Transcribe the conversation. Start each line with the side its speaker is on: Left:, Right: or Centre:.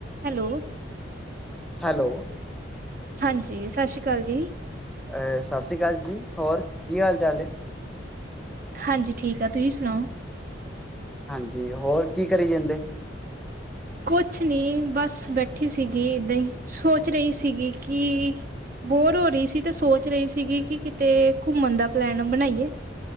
Right: Hello.
Centre: Hello.
Right: ਹਾਂਜੀ, ਸ਼ਾਸ਼ੀ ਕਾਲ ਜੀ।
Centre: ਅ ਸਾਸੀ ਕਾਲ ਜੀ, ਹੋਰ ਕੀ ਹਾਲ ਚਾਲ ਏ।
Right: ਹਾਂਜੀ ਠੀਕ ਆ, ਤੁਹੀ ਸੁਣਾਓ?
Centre: ਹਾਂਜੀ, ਹੋਰ ਕੀ ਕਰੀ ਜਾਂਦੇ
Right: ਕੋਛ ਨੀ ਬਸ ਬੈਠੀ ਸੀਗੀ ਏਦਾਂ ਈ। ਸੋਚ ਰਈ ਸੀਗੀ ਕੀ ਬੋਰ ਹੋ ਰਈ ਸੀ ਤੇ ਸੋਚ ਰਹੀ ਸੀਗੀ, ਕਿ ਕਿਤੇ ਘੁੰਮਨ ਦਾ ਪਲੈਨ ਬਨਾਈਏ।